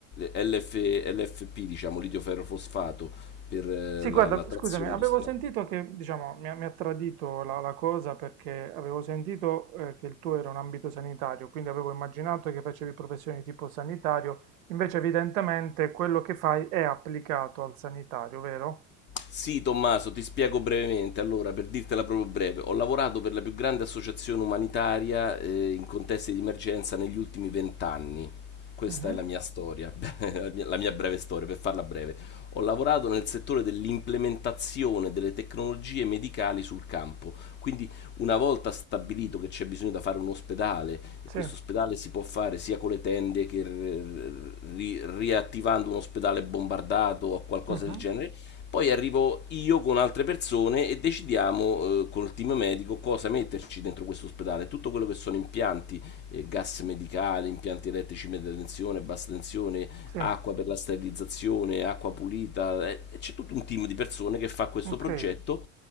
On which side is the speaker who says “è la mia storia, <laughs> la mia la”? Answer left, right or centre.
Left